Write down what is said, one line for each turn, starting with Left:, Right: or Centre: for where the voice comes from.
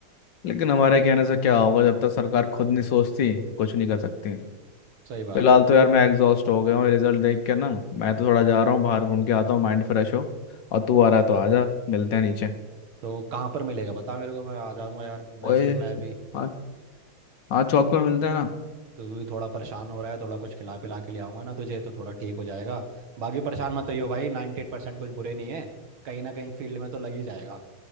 Left: लेकिन हमारे कहने से क्या होगा जब तक सरकार खुद नहीं सोचती कुछ नहीं कर सकती
Right: सही बात
Left: फिलहाल
Right: है भाई
Left: तो यार मैं एग्जॉस्ट हो गया हूँ रिजल्ट देख के ना मैं तो थोड़ा जा रहा हूँ बाहर घूम के आता हूँ माइंड फ्रेश हो और तू आ रहा है तो आजा मिलते हैं नीचे
Right: तो कहाँ पर मिलेगा बता मेरे को मैं आ जाऊंगा यार
Left: ओए
Right: वैसे भी मैं भी
Left: हाँ हाँ चौक पे मिलते हैं ना
Right: तो तू भी थोड़ा परेशान हो रहा है थोड़ा कुछ खिला पिला के ले आऊंगा ना तुझे तो थोड़ा ठीक हो जाएगा बाकी परेशान मत होइयो भाई 98% एट परसेंट कुछ बुरे नहीं है कहीं ना कहीं फील्ड में तो लग ही जाएगा